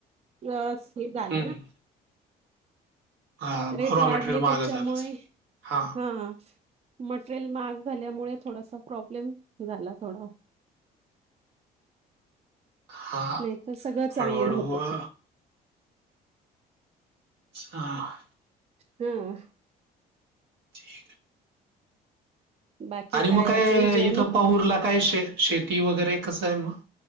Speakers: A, on the right (about 40°); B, on the right (about 85°).
A: हे झालं
B: हं,
A: ना
B: हं. हां,
A: रेट
B: रॉ
A: वाढले
B: मटेरियल महागं
A: त्याच्यामुळे
B: झालं असेल. हां,
A: हा मटरेल महाग झाल्यामुळे थोडासा प्रॉब्लेम झाला थोडा
B: हां.
A: नाही तर सगळ चांगल
B: हळू-हळू
A: होत.
B: अ, हा हा.
A: ह हा.
B: ठीक.
A: बाकी
B: आणि मग काय,
A: अजून जेवण
B: इथं पाहूरला काय शे शेती वगैरे कस आहे मग